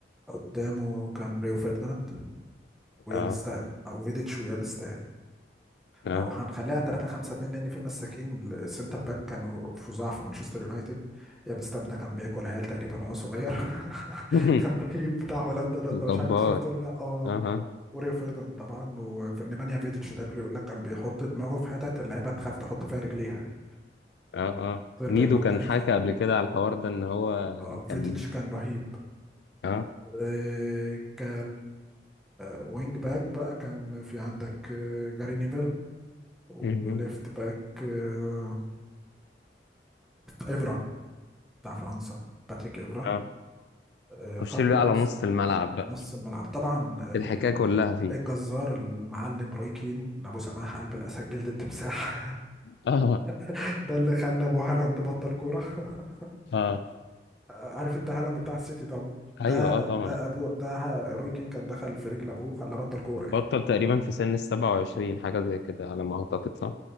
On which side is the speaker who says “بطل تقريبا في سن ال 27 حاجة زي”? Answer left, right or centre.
Left